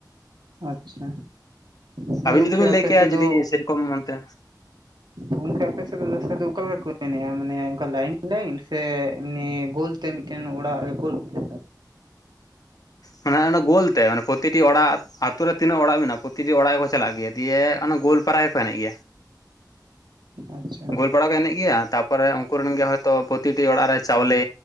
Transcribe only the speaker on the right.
ᱟᱪᱪᱷᱟ ᱛᱟᱦᱚᱞᱮ
ᱜᱚᱝᱠᱮ
ᱟᱯᱮ
ᱥᱮᱫ
ᱫᱚ
ᱜᱚᱝᱠᱮ ᱟᱯᱮ ᱥᱮᱫ ᱫᱚ ᱫᱟᱥᱟᱭ ᱚᱠᱟ ᱞᱮᱠᱟ ᱠᱚ ᱮᱱᱮᱡᱽ-ᱟ ᱢᱟᱱᱮ ᱚᱱᱠᱟ ᱞᱟᱭᱤᱱ ᱞᱟᱭᱤᱱ ᱥᱮ ᱮᱢᱱᱤ ᱜᱳᱞ ᱛᱮ ᱢᱤᱫᱴᱮᱱ ᱚᱲᱟᱜ ᱨᱮ ᱜᱳᱞ ᱛᱮ
ᱟᱪᱪᱷᱟ